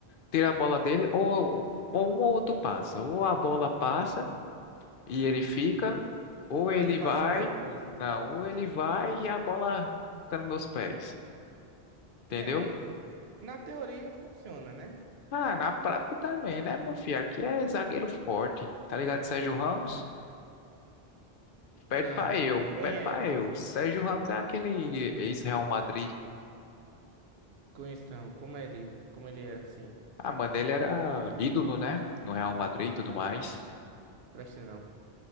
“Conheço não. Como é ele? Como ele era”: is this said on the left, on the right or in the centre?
Right